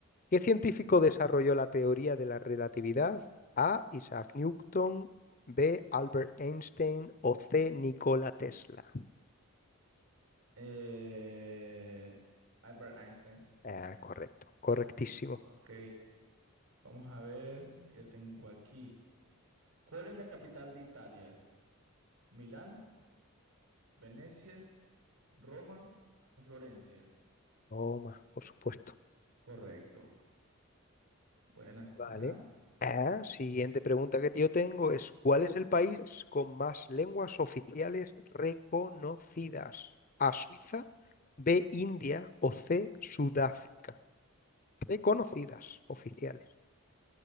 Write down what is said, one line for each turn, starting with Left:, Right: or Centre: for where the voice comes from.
Left: ¿Qué científico
Right: ok.
Left: desarrolló la teoría de la relatividad? A. Isaac Newton, B. Albert Einstein o C. Nikola Tesla.
Right: Eh, Albert Einstein.
Left: Ah, correcto, correctísimo.
Right: Ok. Vamos a ver qué tengo aquí. ¿Cuál es la capital de Italia? ¿Milán? Venecia, Roma o Florencia.
Left: Toma, por supuesto.
Right: Correcto. Buena,
Left: Vale.
Right: ajá.
Left: Ah, siguiente pregunta que yo tengo es, ¿cuál es el país con más lenguas oficiales reconocidas? A. Suiza, B. India o C. Sudáfrica. Reconocidas, oficiales.